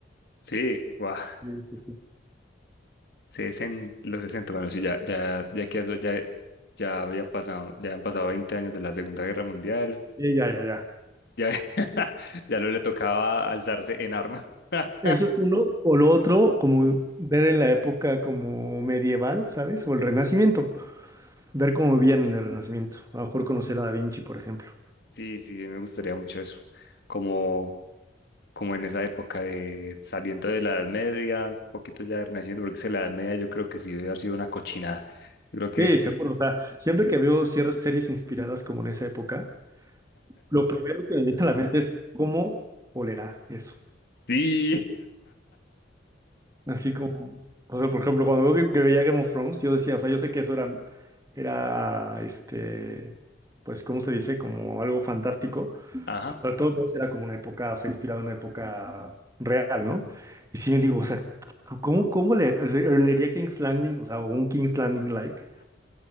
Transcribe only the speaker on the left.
Sí, guau.
sesen- los 60, bueno, sí, ya, ya, ya que eso ya, ya había pasado, ya han pasado 20 años de la Segunda Guerra Mundial,
ya, <laughs> ya no le tocaba alzarse en armas. <laughs>
Sí, sí, me gustaría mucho eso. como como en esa época de saliendo de la Edad Media, un poquito ya Renacimiento, porque es que la Edad Media yo creo que sí debe haber sido una cochinada. Yo creo que
<laughs> sí,
ajá.